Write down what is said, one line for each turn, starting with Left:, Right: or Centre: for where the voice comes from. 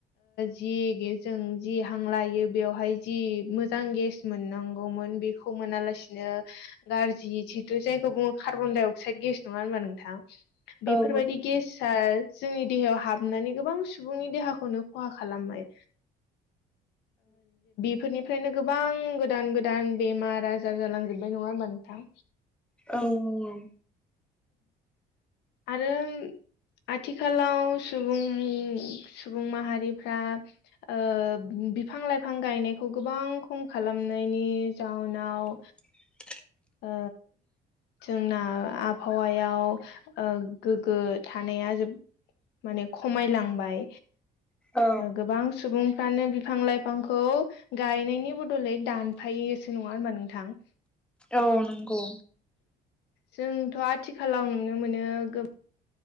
Left: जि जों जि हां लायो बेवहाय जि मोजां गेस मोननांगौमोन बे खौ मोनालासिनो गाज्रि जिहेतु जायखौ बुङो कार्बनडाइ अक्साइद गेस नङा होनबा नोंथां बेफोरबादि
Centre: औ
Left: गेसआ जोंनि देहायाव हाब नानै गोबां सुबुंनि देहाखौनो खहा खालामबाय बेफोरनिफ्रायनो गोबां गोदान गोदान बेमार आजार जालांजोबबाय नङा होमबा नोंथां
Centre: औ औ
Left: आरोम आथिखालाव सुबुंनि सुबुं माहारिफ्रा ओ बिफां लाइफां गायनायखौ गोबां खम खालामनायनि जाउनाव
Centre: <inaudible>
Left: ओ जोंना आबहावायाव ओ गोग्गो थानाया जो माने खमायलांबाय
Centre: औ
Left: ओ गोबां सुबुं फ्रानो बिफां लाइफांखौ गायनायनि बदलै दानफायोसो नङा होनबा नोंथां
Centre: औ नंगौ
Left: जोंथ' आथिखालाव नुनो मोनो गो